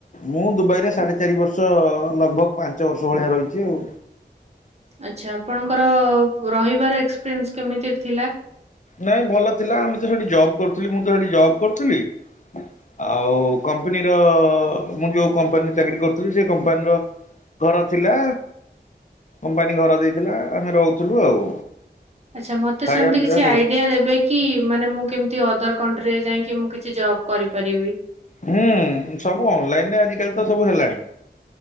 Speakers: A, on the left (about 45°); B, on the right (about 40°).
A: ମୁଁ ଦୁବାଇରେ ସାଢେ ଚାରି ବର୍ଷ ଲଗଭଗ୍ ପାଞ୍ଚ ବର୍ଷ ଭଳିଆ ରହିଚି ଆଉ।
B: ଆଚ୍ଛା ଆପଣଙ୍କର ରହିବାର ଏକ୍ସପିରିଏନ୍ସ କେମିତି ଥିଲା?
A: ନାଇଁ ଭଲ ଥିଲା ଆମେ ତ ସେଠି ଜବ୍ କରୁଥୂଲୁ, ମୁଁ ତ ସେଠି ଜବ୍ କରୁଥୁଲି, ଆଉ କମ୍ପନୀର ମୁଁ ଯୋଉ କମ୍ପାନୀର ଚାକିରି କରୁଥୁଲି ସେ କମ୍ପାନୀର ଘର ଥିଲା, କମ୍ପାନୀ ଘର ଦେଇଥିଲା ଆମେ ରହୁଥୁଲୁ ଆଉ।
B: ଆଚ୍ଛା ମୋତେ
A: ଖାଇବା
B: ସେମତି
A: ପିଇବା
B: କିଛି
A: ସବୁ
B: ଆଇ ଡିଆ ଦେବେକି ମାନେ ମୁଁ କେମତି ଅଦର୍ କଣ୍ଟ୍ରିରେ ଯାଇଁ କି ମୁଁ କିଛି ଜବ୍ କରିପାରିବି
A: ହଁ ସବୁ ଅନଲାଇନ୍ ରେ ଆଜିକାଲି ତ ସବୁ ହେଲାଣି।